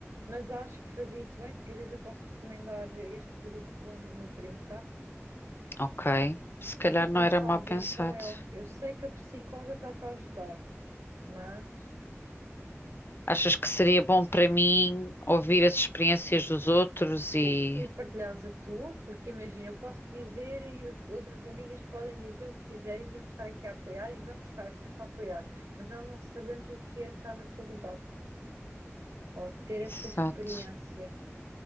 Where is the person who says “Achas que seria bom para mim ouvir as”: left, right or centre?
Left